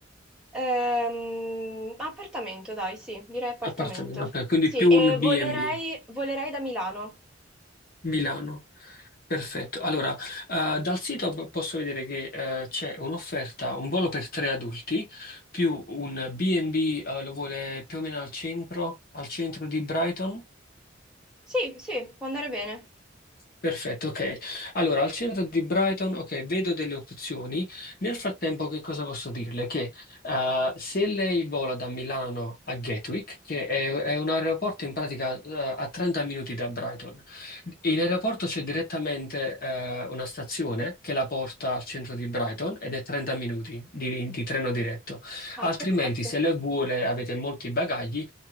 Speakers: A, in the centre; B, on the left (about 50°).
A: Ehm, appartamento, dai, sì, direi appartamento.
B: Appartamento, ok, quindi
A: Sì,
B: più
A: e
B: un B&B,
A: volerei, volerei da Milano.
B: Milano. Perfetto. Allora, eh, dal sito p- posso vedere che eh, c'è un'offerta, un volo per tre adulti, più un B&B eh, lo vuole più o meno al centro, al centro di Brighton.
A: Sì, sì, può andare bene.
B: Perfetto, ok. Allora, al centro di Brighton, ok, vedo delle opzioni. Nel frattempo, che cosa posso dirle? Che eh, se lei vola da Milano a Gatwick, che è, è un aeroporto in pratica eh, a 30 minuti da Brighton, in aeroporto c'è direttamente eh, una stazione che la porta al centro di Brighton ed è 30 minuti di, di treno diretto.
A: Ah,
B: Altrimenti,
A: perfetto.
B: se lei vuole, avete molti bagagli.